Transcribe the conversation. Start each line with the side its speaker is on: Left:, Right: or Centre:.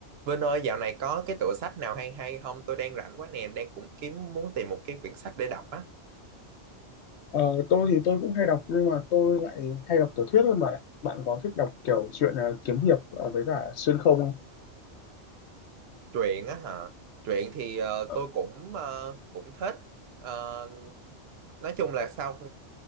Right: Vinh ơi, dạo này có cái tựa sách nào hay hay không? Tôi đang rảnh quá nè, đang cũng kiếm muốn tìm một cái quyển sách để đọc á.
Left: Ờ, tôi thì tôi cũng hay đọc nhưng mà tôi lại hay đọc tiểu thuyết hơn bạn ạ. Bạn có thích đọc kiểu chuyện ờ, kiếm hiệp ờ, với cả xuyên không không?
Right: Truyện á hả? Truyện thì ờ,
Left: Ờ,
Right: tôi cũng ờ, cũng thích. Ờ, nói chung là sao